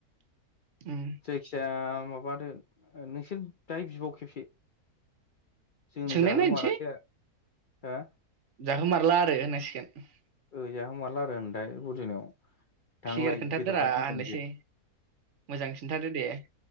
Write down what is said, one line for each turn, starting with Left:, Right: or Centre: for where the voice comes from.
Right: उम
Left: जायखिजाया माबादो नोंसोर दायो बिबाव खेबसे जोंनो
Right: सोंनाय
Left: जाहोमारासै
Right: नायनोसै
Left: आरो हा
Right: जाहोमारला आरो होननांसिगोन
Left: ओ जाहोमारला आरो होनाय बुजिनायाव थांलाय
Right: क्लियार खोन्थादोरा
Left: बेदरलाय होनसै
Right: होनलायसै मोजां खिन्थादो दे